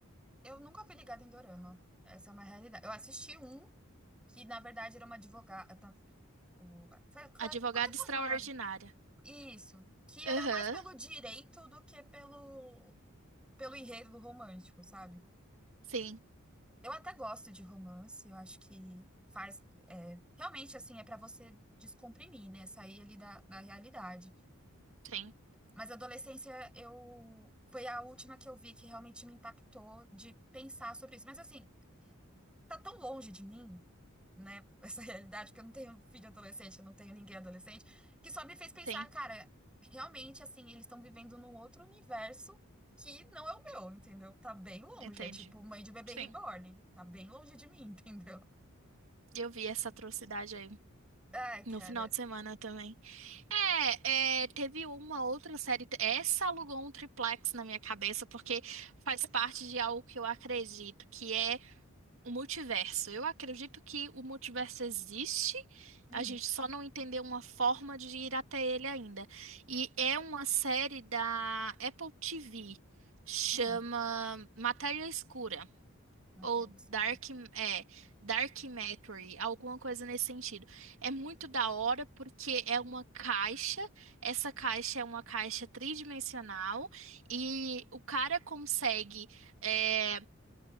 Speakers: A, in the centre; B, on the right.
A: Eu nunca fui ligada em Dorama. Essa é uma realidade. Eu assisti um que, na verdade, era uma advogada. o- Foi, ficou
B: Advogada
A: até ficou até famoso.
B: extraordinária.
A: Isso. Que era
B: Aham,
A: mais pelo direito do que pelo, pelo enredo romântico, sabe?
B: Sim,
A: Eu até gosto de romance. Eu acho que faz. é, realmente, assim, é pra você descomprimir, né? Sair ali da, da realidade.
B: sim,
A: Mas a adolescência, eu. Foi a última que eu vi que realmente me impactou de pensar sobre isso. Mas, assim. tá tão longe de mim, né? Essa <laughs> realidade, que eu não tenho filho adolescente, eu não tenho ninguém adolescente, que só me fez pensar,
B: sim,
A: cara, realmente, assim, eles estão vivendo num outro universo que não é o meu, entendeu? Tá bem longe.
B: entendi.
A: É tipo mãe de bebê
B: Sim,
A: reborn. Tá bem longe de mim, <laughs> entendeu?
B: eu vi essa atrocidade aí
A: Ai, cara.
B: no final de semana também. É, é, teve uma outra série. Essa alugou um triplex na minha cabeça, porque faz parte de algo que eu acredito, que é O multiverso. Eu acredito que o multiverso existe,
A: Uhum.
B: a gente só não entendeu uma forma de ir até ele ainda. E é uma série da Apple TV, chama
A: Hum.
B: Matéria Escura.
A: Matéria
B: Ou
A: escura.
B: Dark, é, Dark Matter, alguma coisa nesse sentido. É muito da hora porque é uma caixa, essa caixa é uma caixa tridimensional e o cara consegue. é,